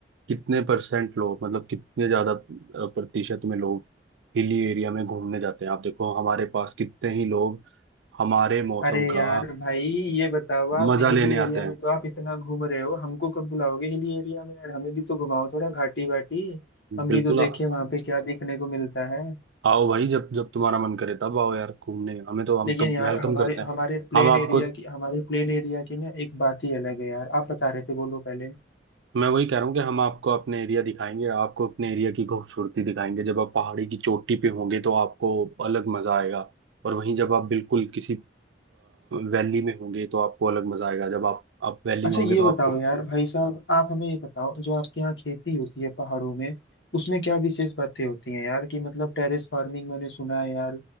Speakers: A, on the right (about 75°); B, on the left (about 70°).
A: कितने परसेंट लोग मतलब कितने ज्यादा अ, प्रतिशत में लोग हिली एरिया में घूमने जाते हैं आप देखो हमारे पास कितने ही लोग हमारे मौसम
B: अरे यार
A: का
B: भाई ये बताओ आप
A: मजा
B: हिली
A: लेने
B: एरिया
A: आते हैं
B: में तो आप इतना घूम रहे हो हमको कब बुलाओगे हिली एरिया में यार हमें भी तो घुमाओ थोड़ा घाटी वाटी हम भी
A: बिल्कुल
B: तो देखें वहां पे क्या देखने को मिलता है
A: आओ भाई जब जब तुम्हारा मन करे तब आओ यार घूमने हमें तो हम
B: लेकिन
A: तो
B: यार
A: वेलकम
B: हमारे
A: करते हैं
B: हमारे प्लेन
A: हम आपको
B: एरिया की हमारे प्लेन एरिया की ना एक बात ही अलग है यार आप बता रहे थे बोलो पहले
A: मैं वही कह रहा हूँ कि हम आपको अपने एरिया दिखाएंगे आपको अपने एरिया की खूबसूरती दिखाएंगे जब आप पहाड़ी की चोटी पे होंगे तो आपको अलग मजा आएगा और वहीं जब आप बिल्कुल किसी वैली में होंगे तो आपको अलग मजा आएगा जब आप आप वैली
B: अच्छा
A: में होंगे
B: ये
A: तो
B: बताओ
A: आपको
B: यार भाई साहब आप हमें ये बताओ जो आपके यहाँ खेती होती है पहाड़ों में उसमें क्या विशेष बातें होती हैं यार कि मतलब टेरेस फार्मिंग मैंने सुना है यार